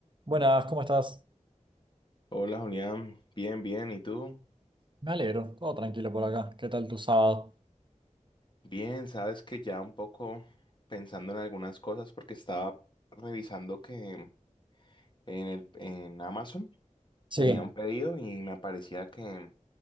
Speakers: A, on the right; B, on the left.
A: Buenas, ¿cómo estás?
B: Hola Julián, bien, bien, ¿y tú?
A: Me alegro, todo tranquilo por acá. ¿Qué tal tu sábado?
B: Bien, sabes que ya un poco pensando en algunas cosas porque estaba revisando que en el, en Amazon
A: ¿Qué
B: tenía
A: Sí. tal?
B: un pedido y me parecía que